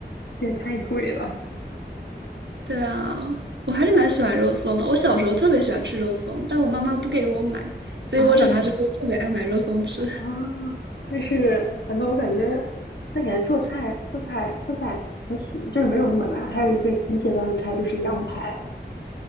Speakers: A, on the left; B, on the right.
A: 也太贵了
B: 对啊，我还是蛮喜欢肉松的。我小时候特别喜欢吃肉松，但我妈妈不给我买，所以我长大之后特别爱买肉松吃。
A: 啊！为什么？啊，但是反正我感觉，但感觉做菜做菜做菜还行，就是没有那么难。还有一个很简单的菜就是羊排，